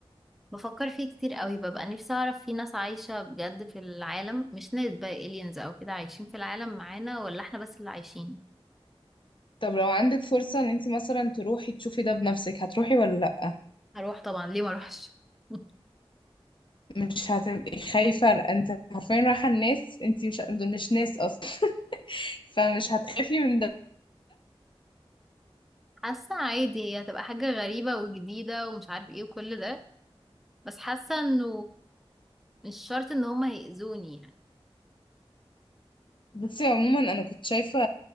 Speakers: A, in the centre; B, on the left.
A: بفكر فيه كتير قوي ببقى نفسي اعرف في ناس عايشة بجد في العالم مش ناس بقى aliens او كده عايشين في العالم معانا ولا احنا بس اللي عايشين
B: طب لو عندك فرصة ان انت مثلا تروحي تشوفي ده بنفسك هتروحي ولا لا
A: هروح طبعا ليه ما اروحش <laughs>
B: مش هتبقي خايفة لأ، انت حرفيا رايحة الناس انت مش دول مش ناس اصلا <laughs> فمش هتخافي من ده
A: حاسة عادي هي هتبقى حاجة غريبة وجديدة ومش عارف ايه وكل ده بس حاسة انه مش شرط ان هما هيأذوني يعني
B: بصي عموما انا كنت شايفة